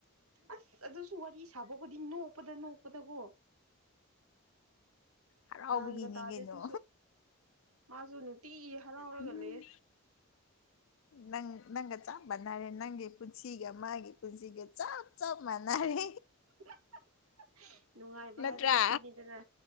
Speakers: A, on the right (about 80°); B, on the left (about 65°).
A: ꯑꯁ ꯑꯗꯨꯁꯨ ꯋꯥꯔꯤ ꯊꯕ ꯀꯣꯗꯤ ꯅ ꯎꯄꯗ ꯅ ꯎꯄꯗ ꯀꯣ
B: ꯍꯔꯥꯎꯕꯒꯤꯅꯤ
A: ꯟꯒ ꯇꯥꯗꯦꯗꯨꯁꯨ
B: ꯀꯩꯅꯣ
A: ꯃꯥꯁꯨ ꯅꯨꯡꯇꯤ ꯍꯔꯥꯎꯔꯒ
B: ꯎꯝ
A: ꯂꯩ
B: ꯅꯪ ꯅꯪꯒ ꯆꯞ ꯃꯥꯟꯅꯔꯦ ꯅꯪꯒꯤ ꯄꯨꯟꯁꯤꯒ ꯃꯥꯒꯤ ꯄꯨꯟꯁꯤꯒ ꯆꯞ ꯆꯞ ꯃꯥꯟꯅꯔꯦ
A: <unintelligible> ꯅꯨꯡꯉꯥꯏꯕ
B: ꯅꯠꯇ꯭ꯔꯥ
A: ꯍꯥꯏꯕꯗꯣ ꯁꯤꯅꯤꯗꯅ